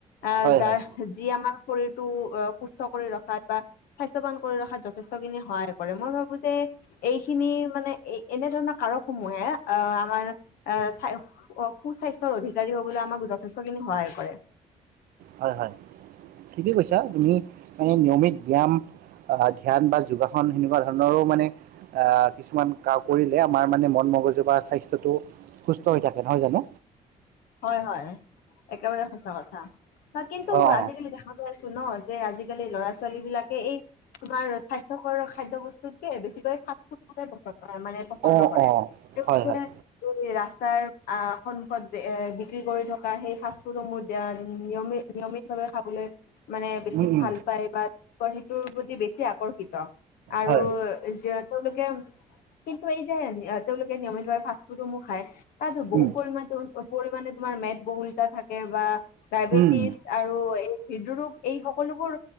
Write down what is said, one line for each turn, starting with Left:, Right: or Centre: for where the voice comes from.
Left: আহ
Right: হয়
Left: যাৰ
Right: হয়
Left: যি আমাৰ শৰীৰটো সুস্থ কৰি ৰখাত বা স্বাস্থ্যৱান কৰি ৰখাত যথেষ্টখিনি সহায় কৰে মই ভাবো যে। এইখিনি মানে এই এনেধৰণৰ কাৰকসমূহে আ আমাৰ আ চা সু স্বাস্থ্যৰ অধিকাৰী হ'বলৈ আমাক যথেষ্টখিনি সহায় কৰে।
Right: হয় হয় ঠিকে কৈছা তুমি মানে নিয়মিত ব্যায়াম আহ ধ্যান বা যোগাসন সেনেকুৱা ধৰণৰো মানে। আহ কিছুমান কাম কৰিলে আমাৰ মানে মন মগজু বা স্বাস্থ্যটো সুস্থ হৈ থাকে নহয় জানো।
Left: হয়, হয়। একেবাৰে সঁচা কথা বা কিন্তু
Right: অঁ অঁ
Left: আজিকালি দেখা পাইছোঁ ন। যে আজিকালি ল'ৰা ছোৱালী বিলাকে এই। তোমাৰ স্বাস্থ্যকৰ খাদ্য বস্তুতকে বেছিকৈ ফাষ্ট ফুডটোতে মানে পচন্দ
Right: অঁ
Left: কৰে
Right: অঁ
Left: তেওঁলোকে
Right: হয় হয়
Left: এই ৰাস্তাৰ অহ সন্মুখত এ বিক্ৰী কৰি থকা সেই ফাষ্ট ফুডসমূহ নিয়মিত নিয়মিতভাৱে খাবলৈ মানে বেছি
Right: উম, উম,
Left: ভাল পায় বা সেইটোৰ প্ৰতি বেছি আকৰ্ষিত। আৰু
Right: হয়
Left: যি তেওঁলোকে কিন্তু এই যে তেওঁলোকে নিয়মিতভাৱে ফাষ্ট ফুডসমূহ খায় তাত বহু
Right: উম,
Left: পৰিমাণে টো পৰিমাণে তোমাৰ মেদ বহুলতা থাকে বা ডায়বেটিছ
Right: উম,
Left: আৰু হৃদৰোগ এই সকলো বোৰ